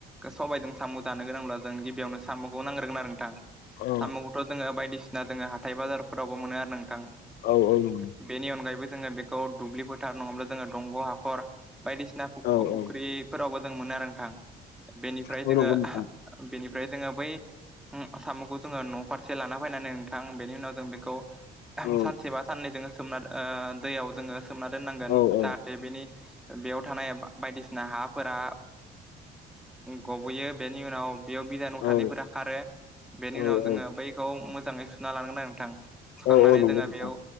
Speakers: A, in the centre; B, on the left.
A: सबाइजों साम' जानो गोनांब्ला जों गिबियावनो साम'खौ नांग्रोगोन आरो नोंथां
B: औ
A: साम'खौथ' जोङो बायदिसिना जोङो हाइ बाजारफोरावबो मोनो आरो नोंथां
B: औ औ नंगौ
A: बे बेनि अनगायबो जोङो बेखौ दुब्लि फोथार नङाब्ला जोङो दंग' हाख खर बायदिसिना फुख्रिफोरावबो
B: औ औ
A: जों मोनो आरो नोंथां बेनिफ्राय
B: औ
A: जोङो
B: नंगौ नोंथां
A: बेनिफ्राय जोङो बै आसामावखौ जोङो न' फारसे लाना फैनानै नोंथां बेनि उनाव जों बेखौ
B: औ
A: सानसे बा साननै जो सोमना दैयाव जोङो सोमना दोननांगोन
B: औ औ
A: जत बेनि बेयाव थानाय बायदिसिना हाफोरा गबयो बेनि उनाव बेयाव बिजानु
B: औ
A: थानायफोरा खारो बेनि
B: औ
A: उनाव जोङो बैखौ मोजाङै सुना लांगोन आरो नोंथां सुखांनानै
B: औ औ नंगौ
A: जोङो
B: नोंथां
A: बेयाव